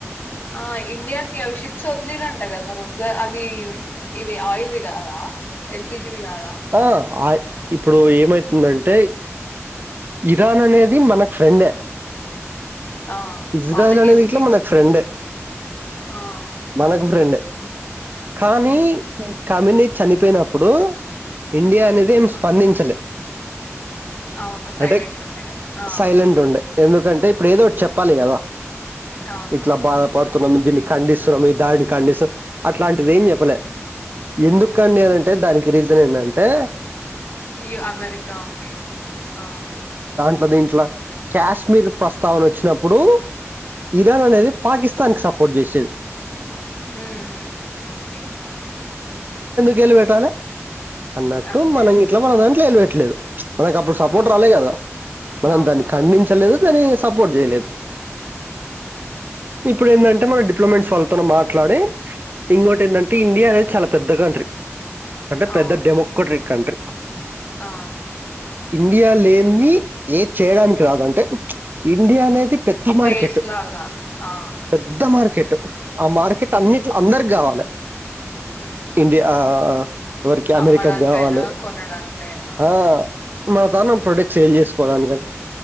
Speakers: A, on the left; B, on the right.
A: ఆ ఇండియాకి అవి షిప్స్ వదిలిరంట కదా మరి వ జ అది వి ఇవి ఇవి ఆయిల్ ఇవి కాదా ఎల్పిజి జీవి కాదా
B: ఆ ఆ- ఇప్పుడు ఏమైతుందంటే ఇరాన్ అనేది మనకు ఫ్రెండే
A: ఆ
B: ఇజ్రాయల్
A: వాళ్ళకి
B: అనేది
A: ఎనిమి
B: ఇట్లా మనకు ఫ్రెండే
A: ఆ
B: మదకు ఫ్రెండ్ కానీ
A: ఉమ్
B: ఈ కమ్యూనిటి చనిపోయినప్పుడు ఇండియా అనేది ఏం
A: ఆ
B: స్పందించలే
A: అవును సైలెంట్
B: అంటే
A: ఉండే కదా ఆ
B: సైలెంట్ ఉండా ఎందుకంటే ఇప్పుడు ఏదో
A: ఉమ్
B: ఒకటి చెప్పాలి కదా
A: అవునవును
B: ఇట్లా బాధపడుతున్నాము దీనిక్ ఖండిస్తున్నాం ఈ దారిని ఖండిస్తాం అట్లాంటిది ఏం చెప్పల ఎందుకు
A: ఉమ్
B: కన్యారు అంటే దానికి రీజ్ <unintelligible> ఏందంటే
A: ఈ అమెరికా వుంది ఆ
B: తప్ప దీంట్లో కాశ్మీర్ ప్రస్తావన వచ్చినప్పుడు ఇరాన్ అనేది పాకిస్తాన్ కి సపోర్ట్ చేసేది
A: ఉ హు హు ఓకే ఆ
B: గేలూ వెేటాలే అన్నట్టు
A: అంతే
B: మనం
A: అనిపిస్తది
B: గిట్లా మన దాంట్లో ఏలు వెట్టలేదు మనకు అప్పుడు సపోర్ట్
A: ఆ
B: రాలే కదా మనం
A: అవునవును
B: దాన్ని ఖండించలేదు దాని సపోర్ట్ జేయలేదు ఇప్పుడు ఏందంటే మనం డిప్లమెన్స్ వాళ్ళతో మాట్లాడి ఇంకోటి ఏందంటే ఇండియా అనేది చాలా పెద్ద కంట్రీ అంటే
A: అవును
B: పెద్ద డెమోక్రటిక కంట్రి
A: ఆ
B: ఇండియా లేనిది ఏది చేయడానికి రాదు అంటే ఇండియా అనేది ది పెద్ద మార్కెట్
A: బేస్ లాగా ఆ
B: పెధ్ధ మార్కెట్ టు కు ఆ మార్కెట్ అన్నిట్లో
A: ఉమ్
B: అందరికి గావాలె
A: ఉమ్
B: ఇండియా అ ఆ ఎవరికి
A: అమ్మడానికైనా
B: అమెరికాకి కావాలి
A: కొనడానికైనా ఉమ్
B: ఆ మన దానం ప్రోడక్ట్ సేల్ చేసుకోవడానికి